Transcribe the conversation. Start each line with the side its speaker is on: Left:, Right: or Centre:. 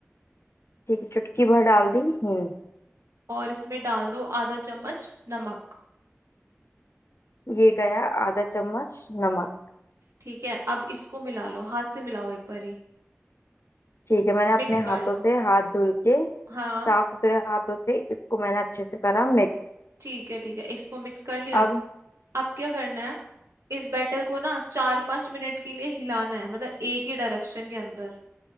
Left: ठीक है चुटकी भर डाल दी हींग
Right: और इसमें डाल दो आधा चम्मच नमक
Left: ये गया आधा चम्मच नमक
Right: ठीक है अब इसको मिला लो हाथ से मिलाओ एक बारी
Left: ठीक है मैंने अपने
Right: मिक्स कर
Left: हाथों
Right: लो
Left: से हाथ धुल के
Right: हाँ
Left: साफ सुथरे हाथों से इसको मैंने अच्छे से करा मिक्स
Right: ठीक है ठीक है इसको मिक्स कर लिया
Left: अब
Right: अब क्या करना है इस बैटर को ना चार पांच मिनट के लिए हिलाना है मतलब एक ही डायरेक्शन के अंदर